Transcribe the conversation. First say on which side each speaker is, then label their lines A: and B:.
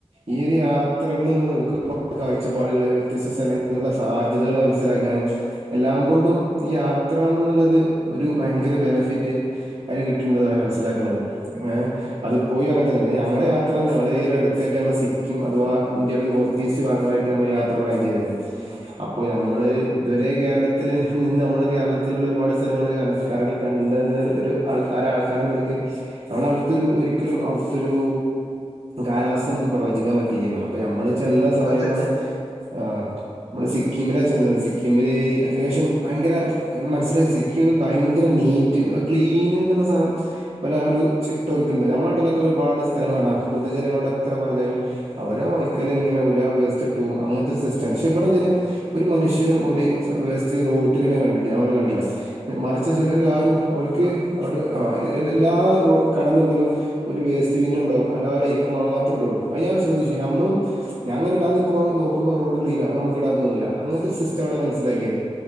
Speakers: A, on the right; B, on the right.
A: ഈയൊരു യാ ത്രകളിൽ നിന്ന് ഒരുപാട് കാഴ്ചപ്പാടുകള് വ്യത്യസ്ത സ്ഥലങ്ങളിലുള്ള സാധ്യതകള് മനസ്സിലാക്കാനും എല്ലാം കൊണ്ടും ഈ യാത്രായെന്നന്നുള്ളത് ഒരു ഭയങ്കര ബെനഫിറ്റ് അതിന് കിട്ടുന്നുണ്ടെന്നാണ് മനസിലാക്കണത് ഏഹ് അത് പോയി അങ്ങനെ തന്നെ പിന്നെ ഞങ്ങള് യാത്രയെന്ന് ഞങ്ങള് ഈയൊരട ത്തായിട്ട് നമ്മൾ സിക്കിം അഥവാ ഇന്ത്യയുടെ നോർത്ത് ഈസ്റ്റ് ഭാഗങ്ങളിലായിട്ട് നമ്മെള് യാത്ര പ്ലാൻ ചെയ്തിരുന്നു അപ്പോ നമ്മള് ഇതുവെരെ കേരളത്തില് നിന്ന് നമ്മള് കേരളത്തിലുള്ള ഒരുപാട് സ്ഥലങ്ങള് കൺ കറങ്ങി കണ്ടെന്ന ഒരു ആൾക്ക് ആരാ ആൾക്കാരെന്ന നിലക്ക് നമ്മെള് അവിടെത്തൊരു ഒരിക്കലും അവിടെത്തൊരു കാലാവസ്ഥ നമുക്ക് പ്രവചിക്കാൻ പറ്റില്ലെന്നു അപ്പൊ ഞമ്മള് ചെന്ന സമയം
B: അതെ
A: ന്ന്
B: അതെ
A: പറഞ്ഞാൽ ആഹ് നമ്മെള് സിക്കിമിലാ ചെന്നത് സിക്കിമില് ഏകദേശം ഭയങ്കര മനസ്സിലാക്കി സിക്കീമ് വന്ന് ഭയങ്കര നീറ്റ് ക്ലീന് ന്നുള്ള സാനം ഒരാ ഒരു ചിട്ടോലക്കുണ്ട് നമ്മടെ നാട്ടിലൊക്കെ ഒരുപാട് സ്ഥലങ്ങളാണ് പൊതുജനങ്ങളുടെ എത്ര പറഞ്ഞാലും അവരാ വഴിക്കല് ഇങ്ങനെ ഉലാ വേസ്റ്റിട്ടും അങ്ങനെത്തെ ഒരു സിസ്റ്റണ് പക്ഷെ ഇവെടതല് ഒരു മനുഷ്യനും
B: ഓ
A: ഓല് വേസ്റ്റ് റോട്ടിലിട്ണെ കണ്ടിട്ടില്ല ഞങ്ങളവിടെ കണ്ടില്ല മറിച്ച് വല് എല്ലാരും
B: ഉം
A: ഓൽക്ക്
B: ഉം
A: അവെട് ആ എല്ലാ റോ കട മുമ്പിലും ഒരു വേസ്റ്റ് ബിന്നൊണ്ടാവും അല്ലാരുയ്ക്കും മാ ഇത്രയിടൊള്ളോ അത് ഞാൻ ശ്രദ്ധിച്ചു ഞമ്മളും ഞാനങ്ങനെ ഇടാ നിക്കുമ്പോ നോക്കുമോ റോഡ് ക്ലീനാവും നമുക്ക് ഇടാൻ തോന്നൂല അങ്ങനെത്തൊരു സിസ്റ്റമവിടെ മനസിലാക്കിയത്